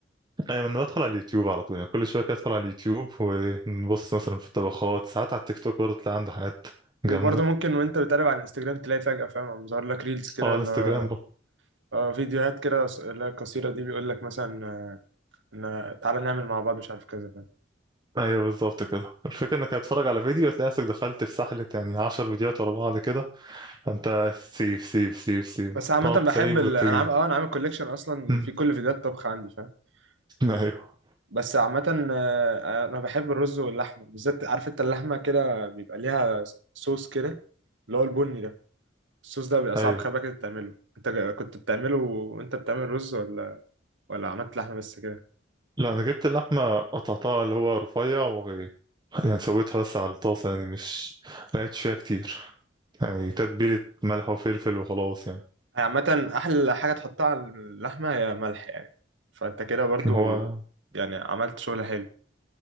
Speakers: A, on the right; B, on the right.
A: ايوه انا بدخل على اليوتيوب على طول يعني كل شويه كده ادخل على اليوتيوب ونبص مثلا في الطبخات ساعات على التيك توك برضه تلاقي عنده حاجات
B: وبرضه
A: جامده
B: ممكن وانت بتقلب على الانستجرام تلاقي فجأة فاهم ظهر لك ريلز كده
A: اه الانستجرام
B: لا-
A: برضه
B: اه فيديوهات كده قص- اللي هي القصيرة دي بيقول لك مثلا آه، ان تعالى نعمل مع بعض مش عارف كذا فاهم
A: ايوه بالظبط كده الفكره انك هتتفرج على فيديو هتلاقي نفسك دخلت في سحله يعني 10 فيديوهات ورا بعض كده فانت سيف سيف سيف سيف
B: بس عامة
A: تقعد
B: بحب
A: سيف
B: ال...
A: وتيجي
B: انا عامل اه انا عامل كوليكشن اصلا
A: مم.
B: في كل فيديوهات طبخ عندي فاهم
A: <laughs> ايوه
B: ب- بس عامة آه، انا بحب الرز واللحمة بالذات عارف انت اللحمة كده بيبقى ليها صوص كده اللي هو البني ده الصوص ده بيبقى صعب
A: ايوه
B: خبأ كده تعمله انت جا- كنت بتعمله وانت بتعمل رز ولا ولا عملت لحمة بس كده
A: لا انا جبت اللحمه قطعتها اللي هو رفيع و يعني سويتها بس على الطاسه يعني مش ما لقيتش فيها كتير يعني تتبيله ملح وفلفل وخلاص يعني
B: هي عامة أحلى حاجة تحطها على اللحمة هي ملح يعني فأنت كده برضو
A: اللي هو
B: يعني عملت شغل حلو